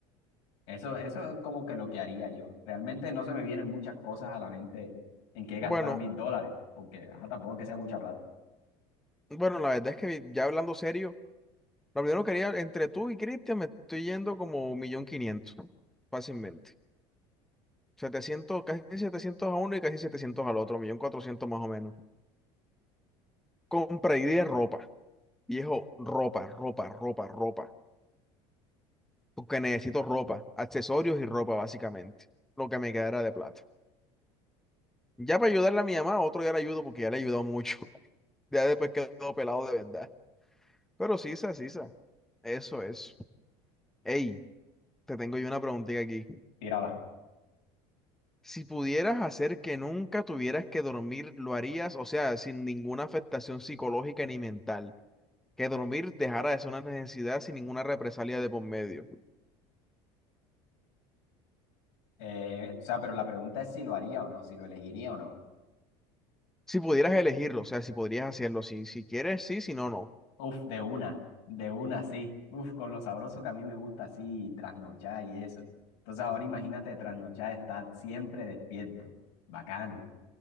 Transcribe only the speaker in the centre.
Bueno,
bueno, la verdad es que ya hablando serio, lo primero que haría entre tú y Cristian me estoy yendo como un millón quinientos, fácilmente. setecientos casi 700 a uno y casi 700 al otro, un millón cuatrocientos más o menos. Compra y de ropa. Viejo, ropa, ropa, ropa, ropa. porque necesito ropa, accesorios y ropa básicamente, lo que me quedara de plata. Ya para ayudarle a mi mamá, otro día le ayudo porque ya le he ayudado mucho. <laughs> Ya después quedó pelado de verdad. Pero sisa, sisa, eso es. Ey, te tengo yo una preguntita aquí.
Si pudieras hacer que nunca tuvieras que dormir, ¿lo harías? O sea, sin ninguna afectación psicológica ni mental. Que dormir dejara de ser una necesidad sin ninguna represalia de por medio.
Si pudieras elegirlo, o sea, si podrías hacerlo, si, si quieres, sí, si no, no.